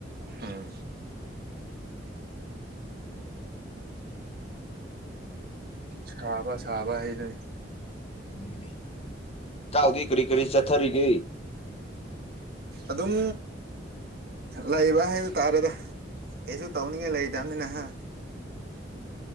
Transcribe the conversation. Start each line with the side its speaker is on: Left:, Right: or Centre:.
Right: ꯎꯝ ꯁꯥꯥꯕ ꯁꯥꯕ ꯍꯥꯏꯗꯨꯅꯤ
Left: ꯎꯝ ꯊꯥꯎꯗꯤ ꯀꯔꯤ ꯀꯔꯤ ꯆꯠꯊꯔꯤꯒꯦ
Right: ꯑꯗꯨꯝ ꯂꯩꯕ ꯍꯥꯏꯕ ꯇꯥꯔꯦꯗ ꯀꯩꯁꯨ ꯇꯧꯅꯤꯡꯉꯥꯏ ꯂꯩꯗꯅꯤꯅꯍ